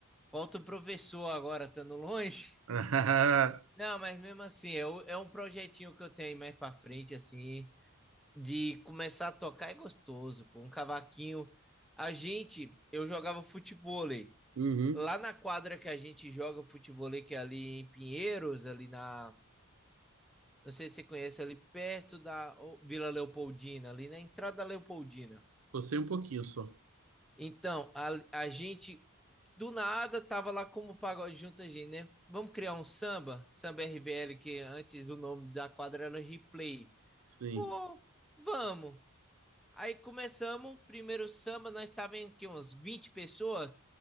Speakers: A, in the centre; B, on the right.
A: falta o professor agora estando longe.
B: <laughs>
A: Não, mas mesmo assim, eu, é um projetinho que eu tenho aí mais pra frente, assim, de começar a tocar é gostoso, pô, um cavaquinho. A gente, eu jogava futebol aí.
B: Uhum.
A: Lá na quadra que a gente joga futebol, que é ali em Pinheiros, ali na. Não sei se você conhece, ali perto da Vila Leopoldina, ali na entrada da Leopoldina.
B: Gostei um pouquinho só.
A: Então, a, a gente do nada tava lá como o pagode junto a gente, né? Vamos criar um samba, samba RBL, que antes o nome da quadra era Replay.
B: Sim.
A: Pô, vamos. Aí começamos, primeiro samba, nós estávamos em que, uns 20 pessoas.